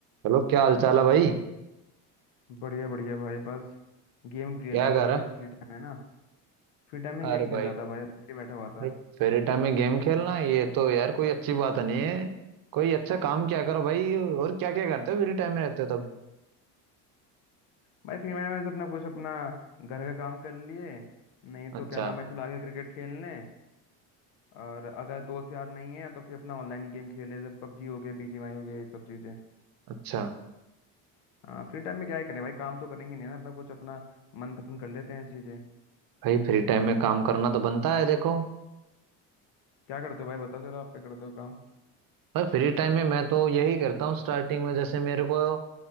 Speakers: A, on the right; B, on the left.
A: Hello क्या हाल चाल है भाई
B: बढ़िया बढ़िया भाई बस गेम खेल
A: क्या
B: रहा
A: कर
B: था भाई
A: रहा
B: आज फ्री टाइम है ना फ्री टाइम में
A: है?
B: गेम
A: अरे
B: खेल
A: भाई
B: रहा था भाई अभी फ्री बैठा हुआ था
A: अरे फ्री टाइम में गेम खेलना ये तो यार कोई अच्छी बात नहीं है कोई अच्छा काम क्या करो भाई और क्या क्या करते हो फ्री टाइम में रहते हो तब
B: भाई फ्री टाइम में से अपना कुछ अपना घर का काम कर लिए नहीं
A: अच्छा
B: तो क्या नाम है चला गया क्रिकेट खेलने और अगर दोस्त यार नहीं है तो फिर अपना ऑनलाइन ही गेम खेले जैसे पबजी हो गया बीजीएमआई हो गया ये सब चीज़ें
A: अच्छा
B: हाँ फ्री टाइम में क्या ही करें भाई काम तो करेंगे नहीं ना अपना कुछ अपना मनपसंद कर लेते हैं चीज़ें
A: भाई फ्री टाइम में काम करना तो बनता है देखो
B: क्या करते हो भाई बताओ जरा आप क्या करते हो काम
A: भाई फ्री टाइम में मैं तो यही करता हूँ स्टार्टिंग में जैसे मेरे को